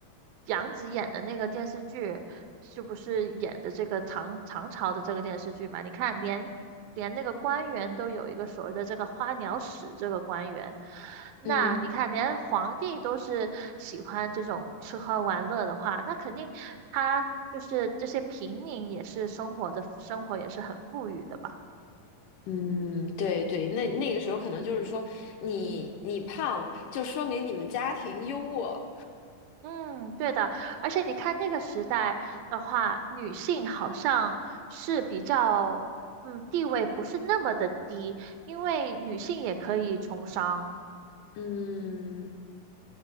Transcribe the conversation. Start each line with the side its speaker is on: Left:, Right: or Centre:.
Right: 杨紫演的那个电视剧，就不是演的这个唐唐朝的这个电视剧嘛？你看，连连那个官员都有一个所谓的这个花鸟使这个官员。那你看，
Left: 嗯
Right: 连皇帝都是喜欢这种吃喝玩乐的话，那肯定他就是这些平民也是生活的生活也是很富裕的吧？
Left: 嗯，对对，那那个时候可能就是说你你胖，就说明你们家庭优渥，
Right: 嗯，对的。而且你看那个时代的话，女性好像是比较，嗯，地位不是那么的低，因为女性也可以从商。
Left: 嗯，